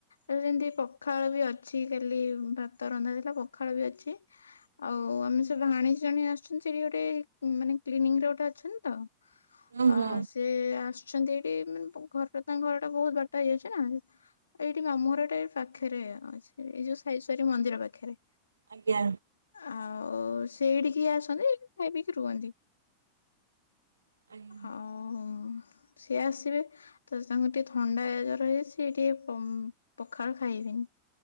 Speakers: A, on the left; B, on the right.
A: ଆ ସେମତି ପଖାଳ ବି ଅଛି କାଲି ଭାତ ରନ୍ଧ ଥିଲା ପଖାଳ ବି ଅଛି। ଆଉ ଆମ ସେ ଭାଣିଜୀ ଜଣେ ଆସିଛନ୍ତି। ସେଠି ଗୋଟେ ମାନେ କ୍ଲିନିକ ରେ ଗୋଟେ ଅଛନ୍ତି ତ
B: ହୁଁ ହୁଁ
A: ଆ ସେ ଆସୁଛନ୍ତି ଏଇଠି ମାନେ ପ ଘର ତ ତାଙ୍କ ଘର ଟା ବହୁତ ବଟା ହେଇଯାଉଛି ନା ଏଇଠି ମାମୁ ଘର ଟା ଏ ପାଖରେ ଅଛି। ଏଇ ଯୋଉ ସାଇ ସ୍ୱରିମନ୍ଦିର ପାଖରେ।
B: ଆଜ୍ଞା।
A: ଆଉ ସେ ଏଇଠିକି ଆସନ୍ତି ଖାଇ ପିଇକି ରୁହନ୍ତି।
B: ଆଜ୍ଞା
A: ଆଉ ସିଏ ଆସିବେ ତ ତାଙ୍କୁ ଟିକେ ଥଣ୍ଡା ଏ ଜର ହେଇଯାଇଛି। ଟିକେ ପ ପଖାଳ ଖାଇବେନି।